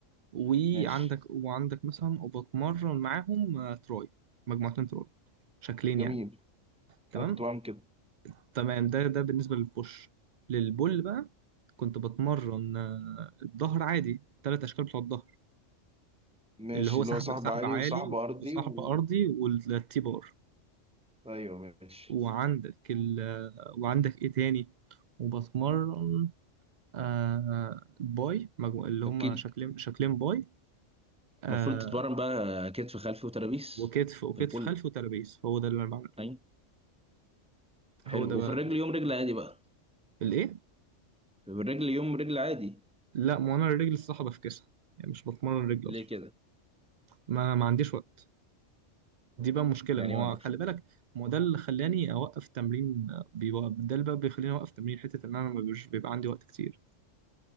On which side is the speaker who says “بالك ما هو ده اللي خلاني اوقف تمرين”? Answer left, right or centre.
Right